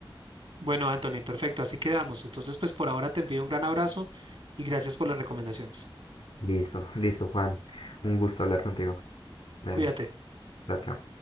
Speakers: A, on the right; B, on the left.
A: Bueno, Anthony, perfecto, así quedamos. Entonces pues por ahora te envío un gran abrazo y gracias por las recomendaciones.
B: Listo, listo, Juan. Un gusto hablar contigo. Dale,
A: Cuídate.
B: chao, chao.